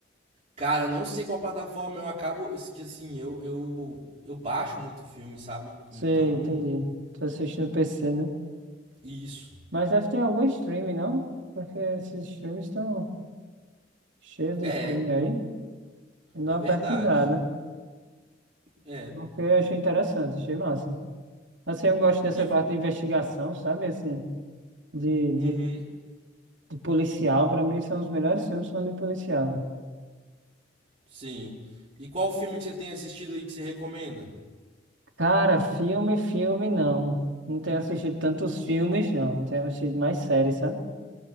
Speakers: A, on the right; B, on the right.
A: Cara, não sei qual plataforma eu acabo, que assim, eu eu eu baixo muito filme, sabe?
B: Sei,
A: Então,
B: entendi. Tô assistindo PC, né?
A: isso.
B: Mas deve ter algum streaming, não? Porque esses filmes estão cheios de
A: É,
B: filme aí. Eu dou
A: é
B: uma
A: verdade.
B: pesquisada.
A: É.
B: Porque eu achei interessante, achei massa. Assim, eu gosto dessa
A: E.
B: parte de investigação, sabe? Assim, de, de
A: Uhum,
B: De policial, pra mim, são os melhores filmes são de policial. né?
A: sim. E qual filme que você tem assistido aí que você recomenda?
B: Cara, filme, filme, não. Não tenho assistido tantos filmes, não. Tenho assistido mais séries, sabe?